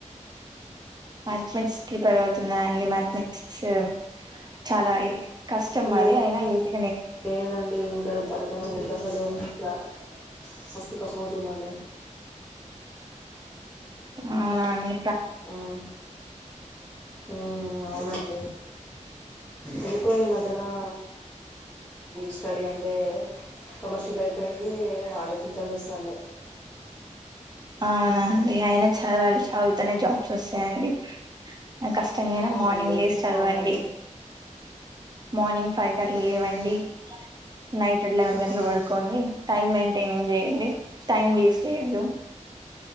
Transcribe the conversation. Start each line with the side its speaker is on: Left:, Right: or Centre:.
Right: మాథమాటిక్స్ ప్రిపేర్ అవుతున్నా అండి మాథమాటిక్స్ చాలా కష్టం
Centre: ఏ
Right: అది అయినా ఈజీ
Centre: లేదండి ఇంకా తలకా అసలు ఇట్లా మస్తు కసమ అవుతుందండి
Right: అవునాండి
Centre: హ్మ్ హ్మ్ అవునండి ఎందుకో ఈ మధ్య నా స్టడీ అంటే కామర్షియల్ అయిపో అది ఆలోచించాల్సి వస్తాంది
Right: అవునా అండి అయినా చదవాలి చదువుతనే జాబ్స్ వస్తాయండి నా కష్టంగా అయినా
Centre: అవునండి
Right: మార్నింగ్ లేసి చదవండి
Centre: అవునండి
Right: మార్నింగ్ ఫైవ్ కట్లు
Centre: ఉమ్,
Right: లేవండి నైట్ లెవెన్
Centre: ఉమ్,
Right: కట్లు పడుకోండి టైమ్ మెయింటైన్ చేయండి టైమ్ వేస్ట్ చేయదు